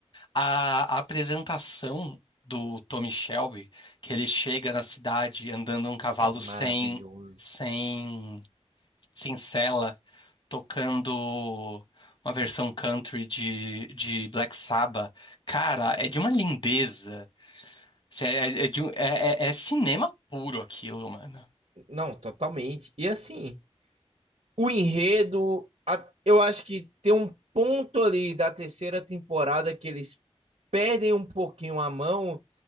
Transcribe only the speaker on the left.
A, a apresentação do Tommy Shelby, que ele chega na cidade andando um cavalo
sem, sem, sem sela, tocando uma versão country de, de Black Sabbath, cara, é de uma lindeza. Assim, É, é, é de um- é é- é cinema puro aquilo, mano.